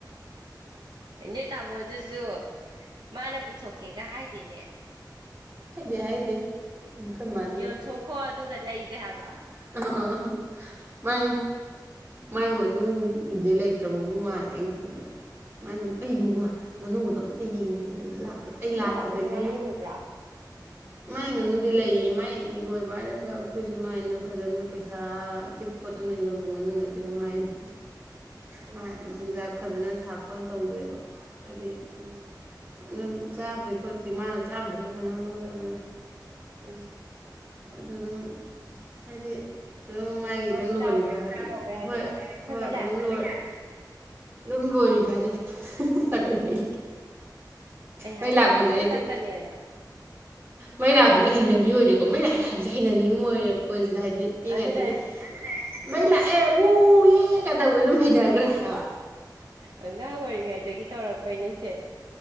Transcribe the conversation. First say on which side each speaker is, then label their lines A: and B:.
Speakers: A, on the right; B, on the right.
A: ꯅꯣꯏ ꯇꯥꯃꯣꯗꯨꯁꯨ ꯃꯥꯅ ꯄꯨꯊꯣꯛꯀꯦꯒ ꯍꯥꯏꯗꯦꯅꯦ
B: ꯍꯥꯏꯗꯦ ꯍꯥꯏꯗꯦ ꯑꯩꯈꯣꯏ ꯃꯅ
A: ꯌꯣꯟꯊꯣꯛꯈꯣ ꯑꯗꯨꯒ ꯂꯩꯁꯦ ꯍꯥꯏꯕ
B: ꯑ ꯑ ꯃ ꯃꯥꯏ ꯉꯥꯅꯨꯗꯤ ꯂꯩꯇ꯭ꯔꯕꯕꯨ ꯃꯥꯜꯂꯦꯩꯅ ꯈꯟꯕꯗ ꯃꯥꯏ ꯉꯥꯅꯨ ꯑꯩ ꯉꯥꯅꯨꯧꯕꯗꯣ ꯑꯝꯇ ꯌꯦꯡꯗꯦ ꯑꯗꯨ ꯂꯥꯛꯄꯗ ꯑꯩ
A: ꯅꯣꯏ
B: ꯂꯥꯛꯄꯗꯒꯤ
A: ꯇꯥꯃꯣꯁꯨ ꯉꯥꯅꯨ ꯂꯣꯏꯕ꯭ꯔꯥ
B: ꯃꯥꯏ ꯉꯥꯅꯨꯗꯤ ꯂꯩꯌꯦ ꯃꯥꯏꯗꯤ ꯂꯣꯏꯕ ꯍꯥꯏꯔꯒ ꯑꯩꯈꯣꯏ ꯁꯨ ꯃꯥꯏꯅ ꯐꯖꯅ ꯄꯩꯁꯥ ꯇꯤꯛ ꯈꯣꯠꯇꯅ ꯌꯣꯟꯕ ꯉꯅꯨ ꯅꯠꯇꯦꯗ ꯃꯥꯏꯗꯤ
A: ꯎꯝ
B: ꯃꯥ ꯃꯆꯤꯟꯖꯥꯛ ꯐꯖꯅ ꯊꯥ ꯈꯣ ꯇꯧꯗꯦꯕ ꯍꯥꯏꯗꯤ
A: ꯎꯝ
B: ꯑꯗꯨꯝ ꯆꯥꯕꯩ ꯈꯣꯠꯄꯤ ꯃꯥꯅ ꯆꯥꯕꯗꯨꯁꯨ ꯐꯖꯅ ꯂꯣꯏꯔꯕꯅꯦ
A: ꯎꯝ
B: ꯑꯗꯨ ꯑꯗꯨꯝ ꯍꯥꯏꯗꯤ ꯑꯗꯨꯝ ꯃꯥꯒꯤ
A: ꯍꯣꯏ
B: ꯑꯗꯨꯝ
A: ꯆꯥꯕꯒꯤ
B: ꯂꯣꯏꯔꯤꯕ
A: ꯁꯨꯝ ꯇꯧꯕ ꯌꯥꯏꯗꯅ
B: ꯍꯣꯏ
A: ꯑꯩꯈꯣꯏ
B: ꯍꯣꯏ
A: ꯃꯩ ꯂꯥꯛꯑꯦ
B: ꯑꯗꯨꯝ ꯂꯣꯏ ꯑꯗꯨꯝ ꯂꯣꯏꯔꯤꯕ ꯍꯥꯏꯗꯅꯈꯣꯏ
A: ꯑꯩ
B: ꯃꯩ
A: ꯍꯥꯏꯗ꯭ꯔꯥ
B: ꯂꯥꯛꯥꯛ
A: ꯈꯤꯇꯪ
B: ꯃꯖꯦ ꯌꯥꯗꯦ
A: ꯇꯞꯀꯅꯦꯅ
B: ꯃꯩ ꯂꯥꯛꯄꯁꯦ ꯍꯩꯅꯕꯤ ꯑꯣꯏꯔꯦꯀꯣ ꯃꯩ ꯂꯥꯛꯑꯦ ꯍꯥꯏꯕꯁꯦ ꯍꯩꯅꯕꯤ ꯑꯃ ꯑꯣꯏꯔꯦꯕ ꯑꯩꯈꯣꯏ ꯁꯤꯗ ꯍꯥꯏꯗꯤ ꯄꯤꯛꯏꯉꯩꯗꯒꯤ
A: ꯑꯗꯨ ꯑꯗꯨꯅꯦ
B: ꯃꯩ ꯂꯥꯛꯑꯦ ꯎꯌꯦ ꯀꯩꯗꯧꯕꯗ ꯑꯗꯨꯝ ꯍꯩꯅꯈ꯭ꯔꯦ ꯍꯥꯏꯕ
A: ꯑꯉꯥꯡ ꯑꯣꯏꯔꯤꯉꯩꯗꯒꯤ ꯇꯧꯔꯛꯄꯩꯅꯦꯁꯦ